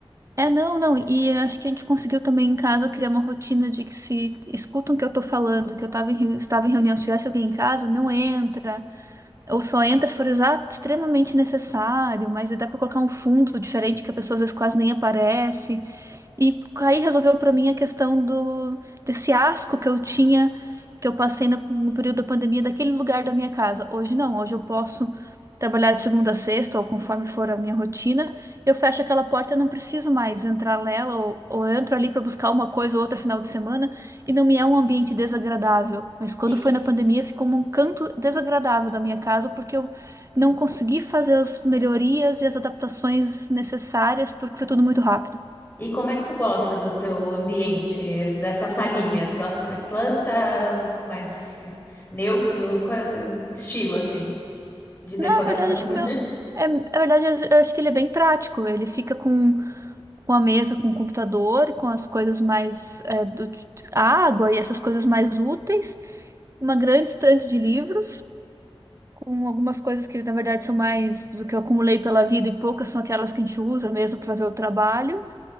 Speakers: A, on the right; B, on the left.
A: É, não, não, e acho que a gente conseguiu também em casa criar uma rotina de que se escutam o que eu tô falando, que eu tava em, reu- estava em reunião, tivesse alguém em casa, não entra, ou só entra se for exa- extremamente necessário, mas aí dá pra colocar um fundo diferente que a pessoa às vezes quase nem aparece. E aí resolveu pra mim a questão do desse asco que eu tinha, que eu passei no, no período da pandemia, daquele lugar da minha casa. Hoje não, hoje eu posso trabalhar de segunda a sexta, ou conforme for a minha rotina, eu fecho aquela porta, eu não preciso mais entrar nela, ou, ou eu entro ali para buscar uma coisa ou outra final de semana, e não me é um ambiente desagradável. Mas quando
B: E,
A: foi na pandemia, ficou um canto desagradável da minha casa, porque eu não consegui fazer as melhorias e as adaptações necessárias, porque foi tudo muito rápido.
B: e como é que tu gosta do teu ambiente, dessa salinha? Tu gosta com mais planta, mais neutro? Qual é o teu estilo, assim, de decoração?
A: Na verdade, acho
B: <laughs>
A: que o meu. É, na verdade, eu eu acho que ele é bem prático. Ele fica com, com a mesa, com o computador, com as coisas mais. é, do, água e essas coisas mais úteis. Uma grande estante de livros, com algumas coisas que, na verdade, são mais do que eu acumulei pela vida e poucas são aquelas que a gente usa mesmo para fazer o trabalho.